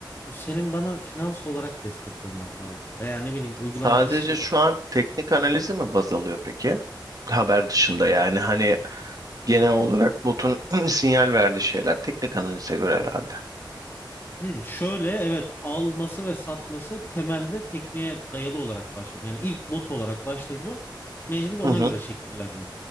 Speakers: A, on the left (about 25°); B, on the right (about 50°).
A: senin bana finans olarak destek olman lazım. Veya ne bileyim uygulamada
B: Sadece
A: şu
B: şu an teknik analizi mi baz alıyor peki? Haber dışında yani hani genel olarak botun <clears throat> sinyal verdiği şeyler teknik analize göre herhalde.
A: Hı, şöyle evet alması ve satması temelde tekniğe dayalı olarak başladım. Yani ilk bot olarak başlayınca mecbur ona
B: Hı hı,
A: göre şekillendim.